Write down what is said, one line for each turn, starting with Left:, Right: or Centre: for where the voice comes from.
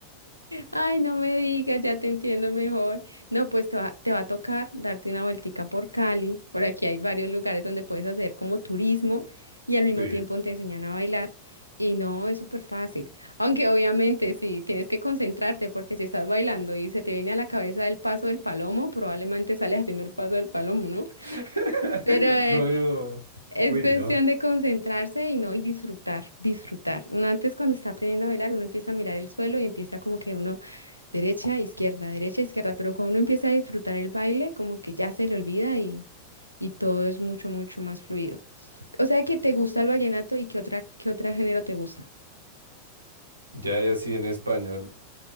Left: Ay, no me digas, ya te entiendo mejor. No, pues te va, te va a tocar darte una vueltica por Cali. Por aquí hay varios lugares donde puedes hacer como turismo y al mismo
Right: Sí.
Left: tiempo te enseñan a bailar. Y no, es súper fácil. Aunque obviamente sí, tienes que concentrarte porque si estás bailando y se te viene a la cabeza el paso del palomo, probablemente sales haciendo el paso del palomo, ¿no?
Right: <laughs>
Left: Pero eh,
Right: No veo.
Left: es
Right: Uy,
Left: cuestión
Right: no.
Left: de concentrarse y no, y disfrutar, disfrutar. Uno antes cuando está aprendiendo a bailar, uno empieza a mirar el suelo y empieza como que uno... Derecha, izquierda, derecha, izquierda, pero cuando uno empieza a disfrutar el baile, como que ya se le olvida y, y todo es mucho, mucho más fluido. O sea que te gusta el vallenato y qué otra, qué otro género te gusta.
Right: Ya de así en español.